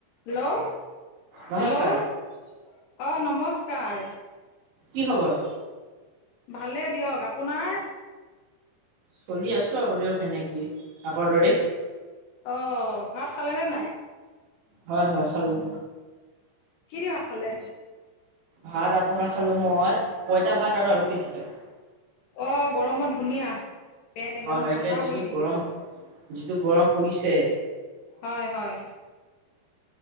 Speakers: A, on the left; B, on the right.
A: Hello
B: নমস্কাৰ
A: hello. অ' নমস্কাৰ।
B: কি খবৰ?
A: ভালে দিয়ক আপোনাৰ?
B: চলি আছোঁ আৰু দিয়ক সেনেকেই। আগৰ দৰেই।
A: অ' ভাত খালে নে নাই?
B: হয় হয় খালোঁ।
A: কি দি ভাত খালে?
B: ভাত আপোনাৰ খালোঁ মই, পইতা ভাত আৰু আলু পিটিকা।
A: অ' গৰমত ধুনীয়া। পেট একদম
B: হয় হয়
A: ঠাণ্ডা
B: একে যিটো
A: পৰি থাকিব
B: গৰম, যিটো গৰম পৰিছে।
A: হয় হয়